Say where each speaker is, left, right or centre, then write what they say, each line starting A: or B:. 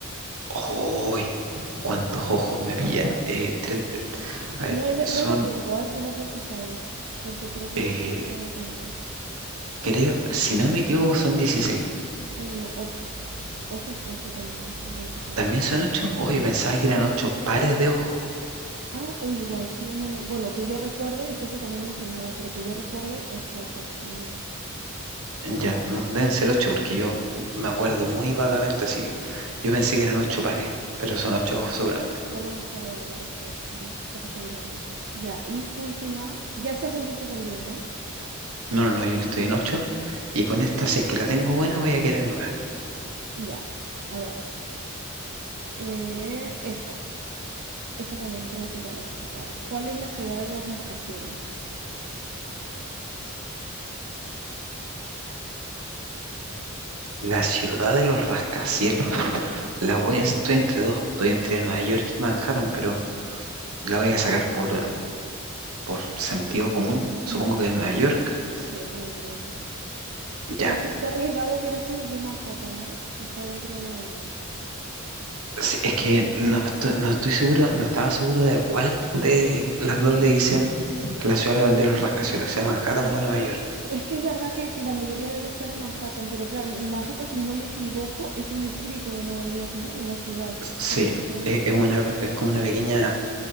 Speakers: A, on the right (about 85°); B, on the right (about 60°).
A: ¡Uy! ¿Cuántos ojos me pilla? Eh, treinta. a ver,
B: No es de,
A: son,
B: no es de punto, ¿ah? Es solo por si sabes. Porque creo que
A: eh,
B: esto no se sabe tanto.
A: creo, si no me equivoco, son 16.
B: Eh, no, ocho. Ojos ocho también, igual que patas.
A: ¿También son 8. Uy, pensaba que eran 8 pares de ojos.
B: Ah, uy, igual sí, no, no. Bueno, que yo recuerde, es que eso también lo enseñaba, pero que yo recuerde, ocho ojos también.
A: Ya,
B: Ya.
A: no, deben ser 8 porque yo me acuerdo muy vagamente, así que yo pensé que eran 8 pares, pero
B: Bu-
A: son
B: bu-
A: 8 ojos seguramente.
B: Ya lo buscaré ahora después para, para asegurarme. Ya, y última, ya estás en 10 tú también, ¿no?
A: No, no, no, yo estoy en ocho y con esta, si es que la tengo buena, voy a quedar en 9.
B: Ya, a ver. eh, esta, esa también creo que la vas a sacar. ¿Cuál es la ciudad de los rascacielos?
A: La ciudad de los rascacielos. La voy a, estoy entre dos, estoy entre Nueva York y Manhattan, pero la voy a sacar por por sentido común,
B: Ujú.
A: supongo que de Nueva York,
B: Sí, muy bien.
A: ya.
B: Qué, arri- qué arriesgado hubiera sido decir Manhattan, ¿ah? Que está dentro de Nueva York.
A: Sí, es que no estoy, no estoy seguro, no estaba seguro de a cuál de las dos le dicen la ciudad de los rascacielos,
B: Sí,
A: sea
B: no,
A: Manhattan
B: Bueno, yo,
A: o Nueva York.
B: es que es verdad que la mayoría debe estar en Manhattan, pero claro, en Manhattan, si no me equivoco, es un distrito de Nueva York, ¿no? De la ciudad,
A: Sí,
B: pero- si no me
A: es,
B: equivoco.
A: es una, es como una pequeña